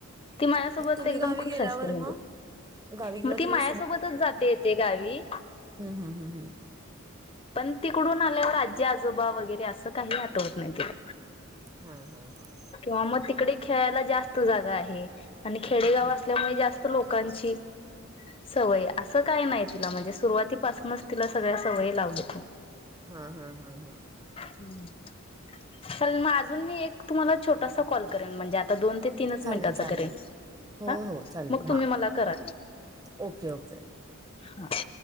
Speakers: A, on the left; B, on the right.
A: ती माझ्यासोबत
B: मग तुम्ही
A: एकदम
B: गावी
A: खुश
B: गेल्यावर
A: असते म्हणजे.
B: मग? गावी गेल्यावर
A: मग ती
B: तिला
A: माझ्यासोबतच जाते येते गावी.
B: हम हम हम हम.
A: पण तिकडून आल्यावर आजी आजोबा वगैरे असं काहीही आठवत नाही तिला.
B: हा हा हा हा.
A: किंवा मग तिकडे खेळायला जास्त जागा आहे, आणि खेडेगाव
B: हं, हं.
A: असल्यामुळे जास्त लोकांची सवयी असं काय नाही तिला. म्हणजे सुरुवातीपासूनच तिला सगळ्या सवयी लावलेत मी.
B: हा हा हा हा.
A: तर मगअजून मी एक तुम्हाला छोटासा कॉल करेन म्हणजे आता दोन ते तीनच
B: चालेल
A: मिनिटाचा
B: चालेल
A: करेन.
B: हो
A: हा.
B: हो चालेल
A: मग तुम्ही
B: हां
A: मला करा.
B: ओके ओके
A: हा.